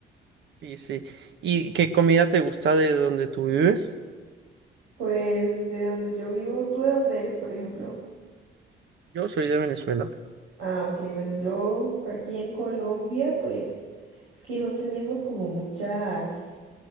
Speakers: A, on the right; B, on the right.
A: Sí, sí. ¿Y qué comida te gusta de donde tú vives?
B: Pues de donde yo vivo, ¿tú de dónde eres, por ejemplo?
A: Yo soy de Venezuela.
B: Ah, ok, bueno, yo aquí en Colombia, pues es que no tenemos como muchas